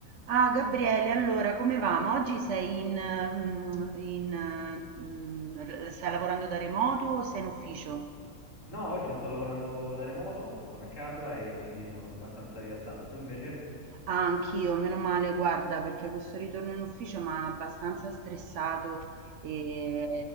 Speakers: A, on the right; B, on the left.
A: Ah, Gabriele, allora come va? Ma oggi sei in, ehm, in, eh, mm, r- stai lavorando da remoto o sei in ufficio?
B: No, oggi sto lavorando da remoto, sono a casa e quindi sono abbastanza rilassato. Tu invece?
A: Ah, anch'io, meno male, guarda, perché questo ritorno in ufficio mi ha abbastanza stressato e